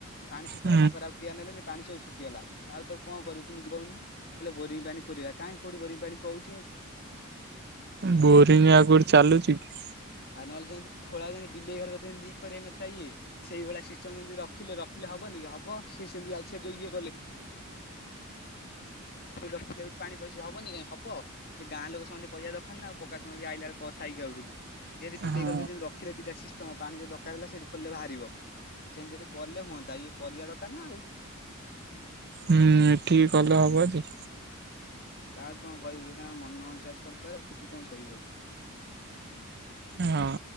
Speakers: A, on the left; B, on the right.
A: ପାଣି ଶୁଖେଇଗଲା
B: ହୁଁ
A: ତାଙ୍କର ଆଉ କିୟ ନେଲେନି ପାଣି ସବୁ ଶୁଖିଗଲା ଆଉ ତ କଣ କରିବୁ ନିଜ କଉନୁ? ବୋଇଲେ ବୋରିଂ ପାଣି ପୁରିବା, କାହିଁ କୋଉଠି ବୋରିଙ୍ଗ ପାଣି ପଉଛି?
B: ବୋରିଂ ଆଗରୁ ଚାଲୁଛି କି?
A: ଆ ନହେଲେ ଯେମ ଖୋଳା ବିଲେଇ ଘର ଲିକ୍ କରଇ ନଥିଲା ଇଏ ସେଇ ଭଳିଆ ସିଷ୍ଟମ ଯେମତି ରଖିଲେ ରଖିଲେ। ହବନି ହବ ସିଏ ସେମିତି ଆ ଇଏ କଲେ ରଖିଲେ ଠୁ ପାଣି ପଇସ ହବନି କାଇଁ ହବ ସେ ଗାଁ ଲୋକ ସମସ୍ତେ କହିବା ଦରକାର ନାଉ କକା ଯ ଆଇଲା ବେଳେ କଥା ହେଇକି ବିଲେଇ
B: ହଁ
A: ଘରି ରଖିଲେ ଦିଟା ସିଷ୍ଟମ ପାଣି ଯ ଦରକାର ହେଲା ସେଠି ଖୋଲେ ବାହାରିବ। ସେନ ଯଦି କଲେ ହୁଅନ୍ତା ଇଏ କରିବା ଦରକାର ନା ଆଉ।
B: ହୁଁ ଠିକ କଲେ ହବ ଯେ।
A: କାହାକୁ କଣ କହିବୁ ଇଏ ତାଙ୍କର ମନ ଅଜାର ସରକାର ତୁ ତୁ କଣ କହିବୁ ଆଉ? <inaudible>
B: ହଁ।